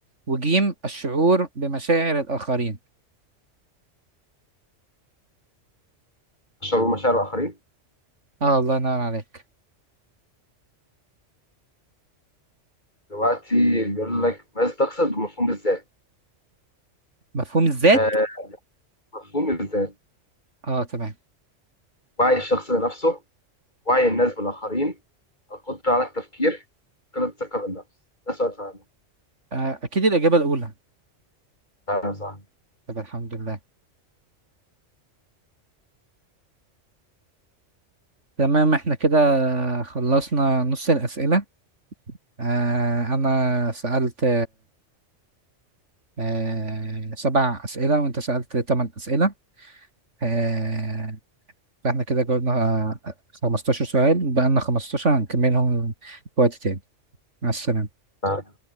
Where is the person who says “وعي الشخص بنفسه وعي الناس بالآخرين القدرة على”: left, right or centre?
Left